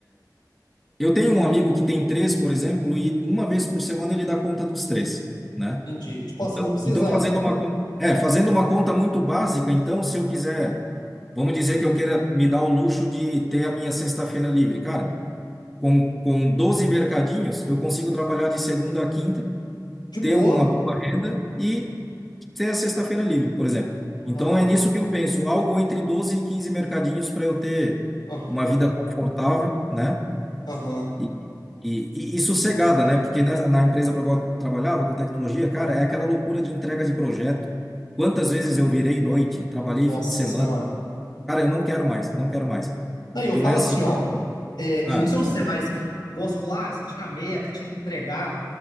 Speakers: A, in the centre; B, on the left (about 90°).
A: eu tenho um amigo que tem três, por exemplo, e uma vez por semana ele dá conta dos três, né?
B: entendi. Tipo
A: Então,
B: assim, não precisa
A: então fazendo uma, con- é, fazendo uma conta muito básica, então, se eu quiser, vamos dizer que eu queira me dar o luxo de ter a minha sexta-feira livre, cara. Com, com 12 mercadinhos, eu consigo trabalhar de segunda a quinta,
B: de boa.
A: ter uma boa renda e ter a sexta-feira livre, por exemplo.
B: Ah,
A: Então é nisso que eu penso, algo entre 12 e 15 mercadinhos para eu ter
B: Aham,
A: uma vida confortável, né?
B: aham.
A: E, e, e, e sossegada, né? Porque né, na empresa para qual eu trabalhava, com tecnologia, cara, é aquela loucura de entrega de projeto. Quantas vezes eu virei noite, trabalhei
B: Nossa
A: fim de semana.
B: senhora.
A: Cara, eu não quero mais, não quero mais.
B: Aí eu
A: Então
B: falo
A: não é assim.
B: assim, ó. é,
A: Ah,
B: eu não sei você, mas igual você falou, ah, você tinha a meta, tinha que entregar.